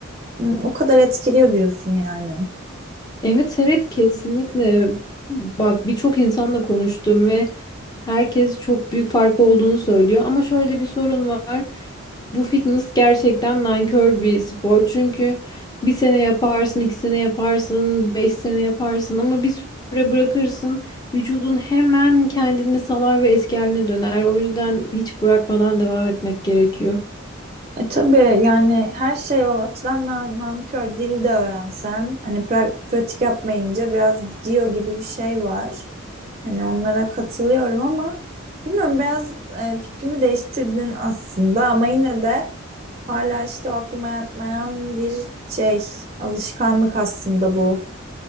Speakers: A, on the right; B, on the left.
A: Hı, O kadar etkiliyor diyorsun yani.
B: Evet evet kesinlikle. Bak birçok insanla konuştum ve herkes çok büyük fark olduğunu söylüyor. Ama şöyle bir sorun var. Bu fitness gerçekten nankör bir spor. Çünkü bir sene yaparsın, iki sene yaparsın, beş sene yaparsın ama bir süre bırakırsın. Vücudun hemen kendini salar ve eski haline döner. O yüzden hiç bırakmadan devam etmek gerekiyor.
A: E tabii yani her şey o açıdan nar- nankör dil de öğrensen hani pra- pratik yapmayınca biraz gidiyor gibi bir şey var. Hani onlara katılıyorum ama bilmiyorum biraz e, fikrimi değiştirdin aslında ama yine de hala işte o aklıma yatmayan bir şey alışkanlık aslında bu.